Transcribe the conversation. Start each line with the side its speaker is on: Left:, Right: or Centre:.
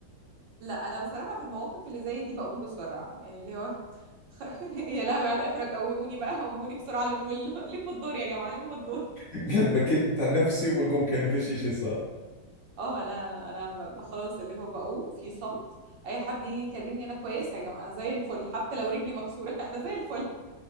Right: <laughs> لا انا بصراحة في المواقف اللي زي دي بقوم بسرعة يعني اللي هو <laughs> يا لهوي على الاحراج قوموني بقى قوموني بسرعة لموا ال- <laughs> لموا الدور يا جماعة لموا الدور
Left: <laughs> قالت بكت على نفسي وبقوم كأنه فيش اشي صار
Right: اه لا لا انا ب- ب- خلاص اللي هو بقوم في صمت اي حد يجي يكلمني انا كويسة يا جماعة أنا زي الفل حتى لو رجلي مكسورة <laughs> انا زي الفل